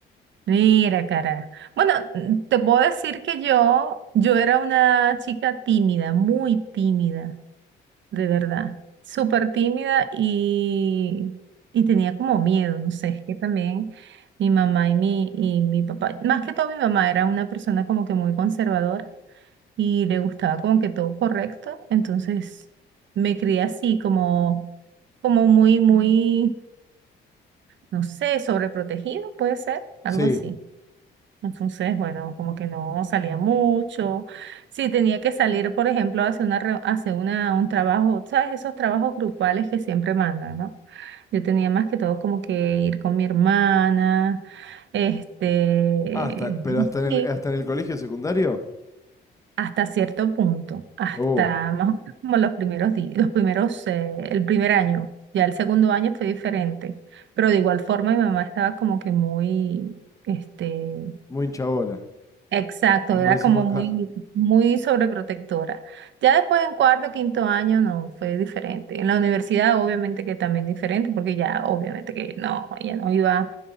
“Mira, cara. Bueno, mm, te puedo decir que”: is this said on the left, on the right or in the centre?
Right